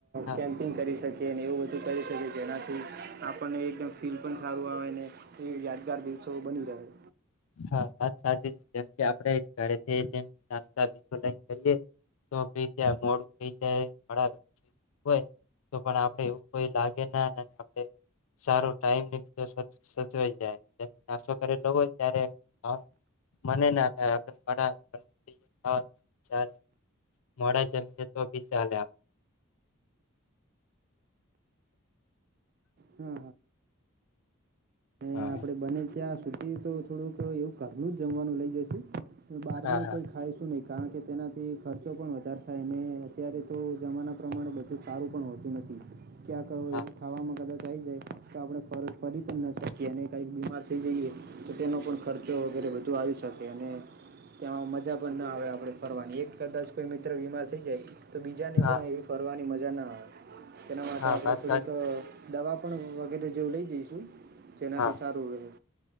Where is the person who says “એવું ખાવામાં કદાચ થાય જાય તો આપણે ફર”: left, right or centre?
Right